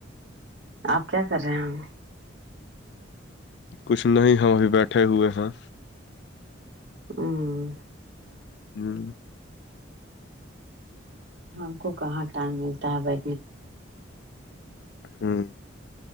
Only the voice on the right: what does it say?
اپ کیا کر رہے ہیں
ہاں
ہم کو کہاں ٹائم ملتا ہے